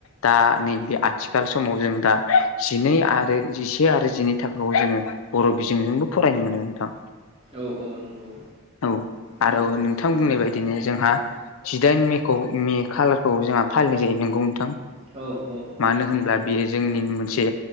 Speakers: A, on the left; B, on the right.
A: दा नैबे आथिखाल समाव जों दा जिनै आरो जिसे आरो जिनै थाखाआव जोङो बर' बिजोंजोंबो फरायनो मोनो नोंथां
B: औ औ नंगौ
A: औ आरो
B: नंगौ
A: नोंथां बुंनाय बायदिनो जोंहा जिदाइन मेखौ मे खालारखौ जोंहा फालिनाय जायो नोंगौ नथां
B: औ औ औ
A: मानो होनब्ला
B: नंगौ
A: बेयो जोंनि मोनसे